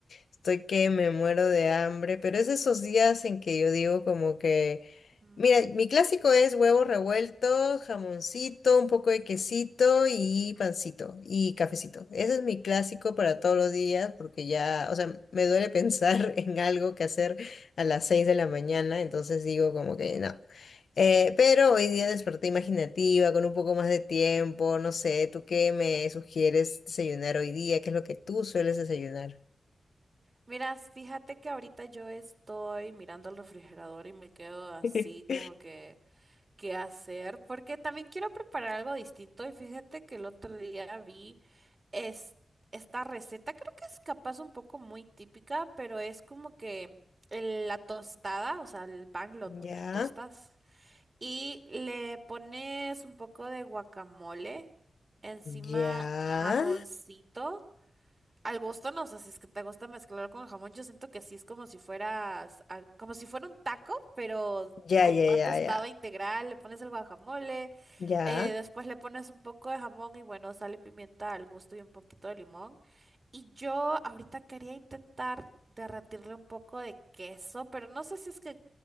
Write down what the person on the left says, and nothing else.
Estoy que me muero de hambre, pero es esos días en que yo digo como que,
mira, mi clásico es huevo revuelto, jamoncito, un poco de quesito y pancito y cafecito. Ese es mi clásico para todos los días porque ya, o sea, me duele pensar <laughs> en algo que hacer a las 6 de la mañana, entonces digo como que no. Eh, pero hoy día desperté imaginativa, con un poco más de tiempo, no sé, ¿tú qué me sugieres desayunar hoy día? ¿Qué es lo que tú sueles desayunar?
<laughs>
Ya,
ya,
ya,
ya,
ya,
ya,
ya.